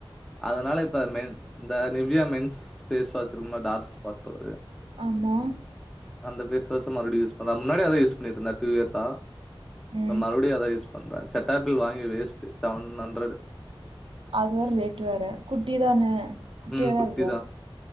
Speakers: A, in the centre; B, on the right (about 70°).
A: அதனால இப்ப மென் இந்த நிவ்யா மென்ஸ் ஃபேஸ் வாஷ் இருக்குல்ல டார்க் ஸ்பாட் வருது
B: ஆமா
A: அந்த ஃபேஸ் வாஷ்ச மறுபடியு யூஸ் பண்ற முன்னாடியே அத யூஸ் பண்ணிட்ருந்த டூ இயர்ஸா இப்ப
B: ம்
A: மறுபடியு அதா யூஸ் பண்ற செட்டாபில் வாங்கி வேஸ்ட்டு செவன் ஹண்ரடு
B: அது வேற ரேட் வேற குட்டி தான குட்டியாதா
A: ம் குட்டிதா
B: இருக்கு